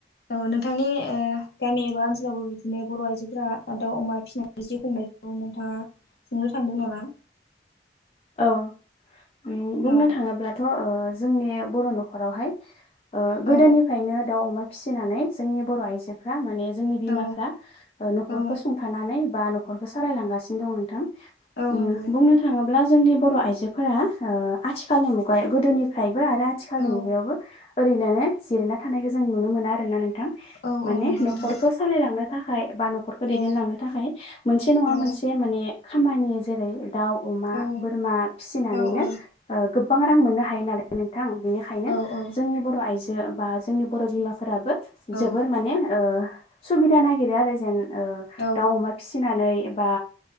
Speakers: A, on the left; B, on the left.
A: औ नोंथांनि ओ गामि एबा ओनसोलावबो बिदिनो बर' आइजोफोरा दाउ-अमा फिसिनानै जिउ खुंनायखौ नोंथांङा फुनो थांदों नामा?
B: औ उम बुंनो
A: औ
B: थाङोब्लाथ' ओ जोंनि बर' नख'रावहाय ओ
A: औ
B: गोदोनिफ्रायनो दाउ-अमा फिसिनानै जोंनि बर' आइजोफोरा माने जोंनि बिमाफ्रा
A: औ
B: ओ नखरखौ
A: औ
B: सुंथानानै बा नखरखौ सालायलांगासिनो दं नोंथां
A: औ
B: उम
A: नंगौ
B: बुंनो थाङोब्ला जोंनि बर'आइजोफोरा ओ आथिखालनि मुगायाव गोदोनिफ्रायबो आरो आथिखालनि
A: औ
B: मुगायावबो ओरैनोनो जिरायना थानायखौ जों नुनो मोना आरो ना नोंथां।
A: औ
B: माने
A: औ नंगौ नोंथां
B: नखरखौ सालायलांनो थाखाय बा नखरखौ दैदेनलांनो
A: औ
B: थाखाय मोनसे नङा
A: औ
B: मोनसे माने खामानि जेरै दाउ
A: औ
B: मा फिसिनानैनो
A: औ औ
B: ओ गोबां रां मोननो हायो नालाय नों थां बिनिखायनो
A: औ औ
B: जोंनि बर' आइजो बा जोंनि बर' बिमाफोराबो
A: औ
B: जोबोर माने ओ सुबिदा नागिरो आरो जेन ओ
A: औ
B: दाउ अमा फिसिनानै एबा